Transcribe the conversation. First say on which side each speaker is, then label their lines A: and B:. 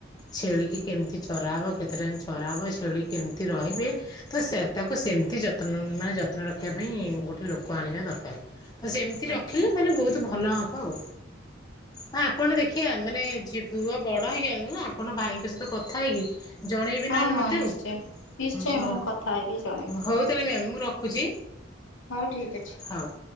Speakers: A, on the left (about 20°); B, on the left (about 75°).
A: ଛେଳିିକି କେମିତି ଚରାହବ କେତେ ଟାଇମ ଚରାହବ ଛେଳି କେମିତି ରହିବେ ତ ସେ ତାକୁ ସେମିତି ଯତ୍ନ ମାନେ ଯତ୍ନ ରଖିବା ପାଇଁ ଗୋଟେ ଲୋକ ଆଣିବା ଦରକାର। ତ ସେ ଏମିତି ରଖିଲେ
B: ଆଚ୍ଛା
A: ମାନେ ବହୁତ ଭଲ ହବ୍ ପାଉ ହଁ ଆପଣ ଦେଖିବା ମାନେ ପୁଅ ବଡ ହେଇଯାଆନ୍ତୁ ଆପଣ ଭାଇଙ୍କ ସହିତ କଥା ହେଇକି ଜଣେଇବେ
B: ହଁ
A: ନହେଲେ
B: ହଁ
A: ମତେ
B: ନିଶ୍ଚୟ
A: ଆଉ
B: ନିଶ୍ଚୟ ମୁଁ କଥା ହେଇକି ଜଣେଇବି
A: ହଉ ତାହେଲେ ମ୍ୟାମ୍, ମୁଁ ରଖୁଛି
B: ହଉ ଠିକ୍ ଅଛି।
A: ହଉ।